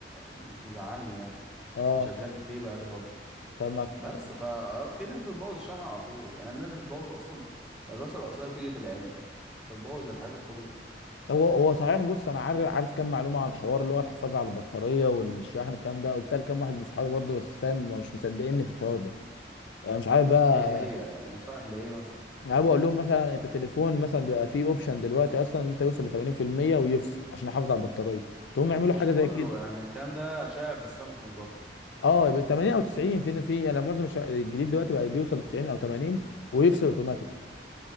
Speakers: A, in the centre; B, on the left.
A: مش مزعلني يعني
B: اه
A: وشغال فيه بقاله فتره
B: طب ما طب-
A: بس ففي ناس بتبوظ الشاحن على طول يعني الناس بتبوظ اصلا الراسه الاصليه بتيجي في العلبه مش هتبوظ الحاجات الكوبيه
B: هو هو صحيح بص انا عارف عارف كام معلومه عن الحوار اللي هو الحفاظ على البطاريه والشاحن الكلام ده قلت لكام واحد من صحابي برضه بس فاهم هما مش مصدقيني في الحوار ده أنا مش عارف بقى
A: ايه هي نصايح لايه مثلا
B: يعني انا بقول لهم مثلا انت التليفون مثلا بقى فيه اوبشن دلوقتي اصلا إن انت يوصل ل 80% ويفصل عشان احافظ على البطاريه تقوم يعملوا
A: مش
B: حاجه زي
A: كله
B: كده
A: يعني الكلام ده شائع في السامسونج اكتر
B: اه يبقى 80 او 90 فين في انا معظم الش- الجديد دلوقتي بقى بيوصل ل 90 او 80 ويفصل اوتوماتيك